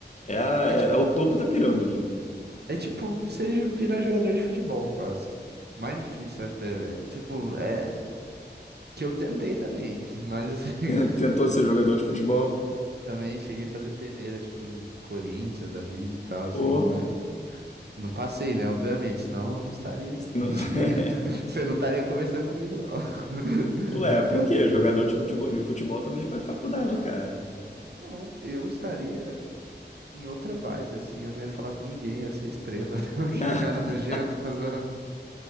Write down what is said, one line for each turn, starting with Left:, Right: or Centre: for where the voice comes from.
Left: É, a- é,
Right: É tipo,
Left: é o topo da pirâmide, né?
Right: é tipo você virar jogador de futebol, quase. Mais difícil até, velho. Tipo, é. Que eu tentei também, <laughs> mas assim,
Left: Ten- Tentou ser jogador de futebol?
Right: <laughs> também cheguei a fazer peneira, tipo, em Corinthians, da vida e tal, assim,
Left: Ou.
Right: mas não passei, né? Obviamente, senão eu não estaria aqui.
Left: não-
Right: <laughs> Mentira.
Left: <laughs>
Right: Você não estaria conversando comigo, não.
Left: Ué,
Right: <laughs> Brincadeira.
Left: por quê? Jogador de futebol, de futebol também faz faculdade,
Right: Ah,
Left: cara.
Right: não, eu estaria em outra vibe, assim, eu não ia falar com ninguém, ia ser estrela, <laughs> aquele
Left: <laughs>
Right: cara nojento, tá zoando.